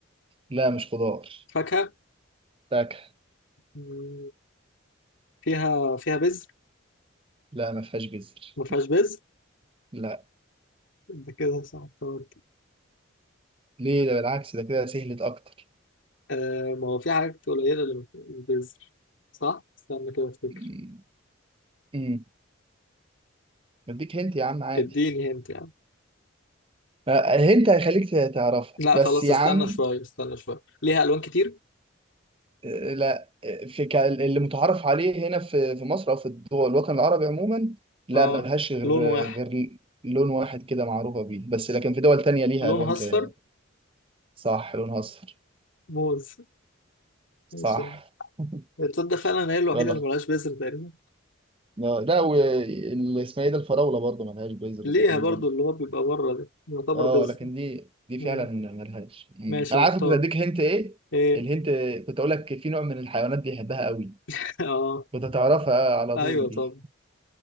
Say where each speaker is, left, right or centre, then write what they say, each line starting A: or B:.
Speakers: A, on the right; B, on the left.
A: لا مش خضار
B: فاكهة
A: فاكهة
B: مم، فيها فيها بذر
A: لا ما فيهاش بذر
B: ما فيهاش بذر
A: لا
B: انت كده صعبتها
A: ليه ده بالعكس ده كده سهلت اكتر
B: آه ما هو في حاجات قليلة اللي ما فيهاش بذر صح؟ استنى كده افتكر
A: مم. مم. اديك هنت يا عم عادي
B: اديني هنت
A: آه، هنت هيخليك ت- تعرفها
B: لا
A: بس
B: خلاص
A: يا
B: استنى
A: عم
B: شوية استنى شوية ليها ألوان كتير
A: آه، لا آه، في ك- اللي متعارف عليه هنا في في مصر او في الدول الوطن العربي عموما لا
B: اه
A: ملهاش غير
B: لون واحد
A: غير لون واحد كده معروفة بيه بس لكن في دول تانية ليها
B: لونها
A: الوان
B: أصفر
A: ك- صح لونها اصفر
B: موز
A: صح
B: ماشي يا عم.
A: <laughs>
B: تصدق فعلا هي الوحيدة
A: يلا
B: اللي ملهاش بذر تقريبا
A: آه، لا واللي اسمها ايه ده الفراوله برضه ملهاش بيزر
B: ليها
A: تقريبا
B: برضو اللي هو بيبقى بره ده يعتبر
A: اه
B: بذر
A: لكن دي دي
B: مم.
A: فعلا ملهاش مم.
B: ماشي
A: انا
B: هختار
A: عارف كنت اديك هنت ايه
B: ايه
A: الهنت كنت اقول لك في نوع من الحيوانات بيحبها قوي
B: <laughs> اه
A: كنت هتعرفها على
B: ايوه
A: طول دي
B: طب